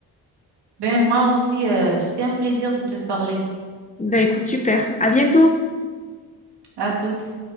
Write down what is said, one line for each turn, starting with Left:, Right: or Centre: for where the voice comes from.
Right: Ben moi aussi, euh, c'était un plaisir de te parler.
Left: Ben écoute, super. À bientôt.
Right: À toutes